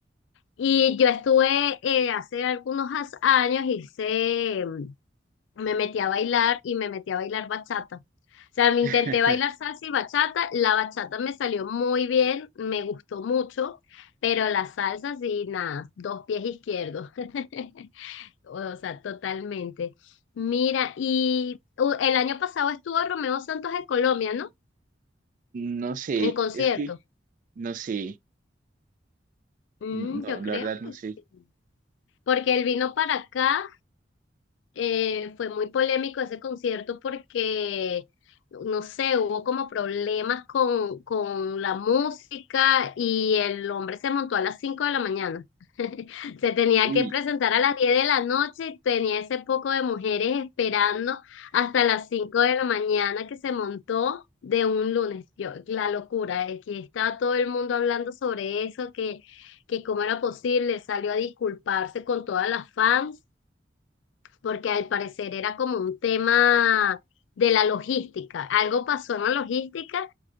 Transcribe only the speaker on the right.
<laughs>
No sé,
es que no sé,
no,
la
verdad no
sé.
Uy,